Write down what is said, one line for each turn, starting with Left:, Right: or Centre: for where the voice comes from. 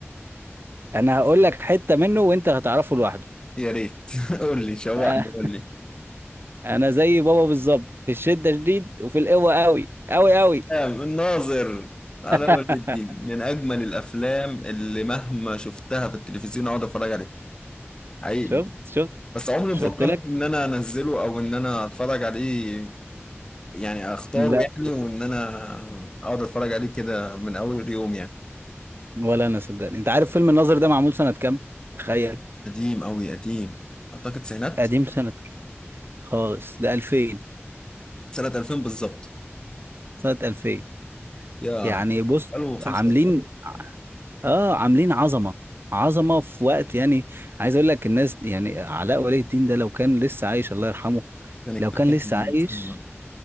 Right: انا هقول لك حتة منه وانت هتعرفه لوحده
Left: يا ريت <laughs> قول لي شوقني
Right: <laughs> آه.
Left: قول لي
Right: انا زي بابا بالظبط في الشدة شديد وفي القوة قوي قوي قوي
Left: آه، الناظر على
Right: <laughs>
Left: ولي الدين من اجمل الافلام اللي مهما شفتها في التلفزيون اقعد اتفرج عليها حقيقي
Right: شفت شفت
Left: بس عمري
Right: مش
Left: ما فكرت
Right: قلت لك
Left: ان انا انزله او ان انا اتفرج عليه يعني اختاره
Right: لا
Left: يعني وان انا اقعد اتفرج عليه كده من اول يوم يعني
Right: ولا انا صدقني انت عارف فيلم الناظر ده معمول سنة كام تخيل
Left: قديم قوي قديم اعتقد سنة
Right: قديم سنة خالص ده 2000
Left: سنة 2000 بالظبط
Right: سنة 2000
Left: يا
Right: يعني بص
Left: قالوا 25
Right: عاملين اه عاملين عظمة عظمة في وقت يعني عايز اقول لك الناس يعني علاء ولي الدين ده لو كان لسه عايش الله يرحمه
Left: كان اكتسح
Right: لو كان لسه
Left: السينما
Right: عايش